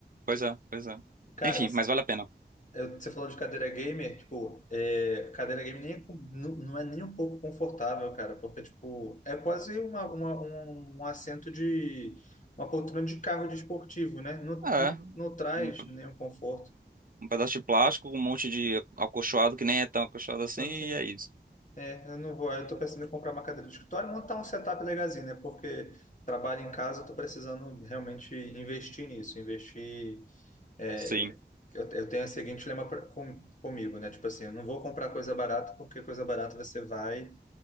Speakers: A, on the right (about 50°); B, on the left (about 45°).
A: Pois é, pois é.
B: Cara,
A: Enfim,
B: e,
A: mas vale a pena.
B: Eu- Você falou de cadeira gamer, tipo, é, cadeira gamer nem, é com- nu- não é nem um pouco confortável, cara, porque, tipo, é quase uma, uma- um, um assento de, uma poltrona de carro de esportivo, né? Não,
A: É.
B: não, não traz
A: Um
B: nenhum conforto.
A: um pedaço de plástico um monte de acolchoado que nem é tão acolchoado assim,
B: Então,
A: e
B: assim,
A: é isso.
B: é, eu não vou, eu tô pensando em comprar uma cadeira de escritório e montar um setup legalzinho, né? Porque trabalho em casa, eu tô precisando realmente investir nisso, investir É,
A: Sim,
B: eu, eu eu tenho o seguinte lema pra- com, comigo, né? Tipo assim, eu não vou comprar coisa barata porque coisa barata você vai,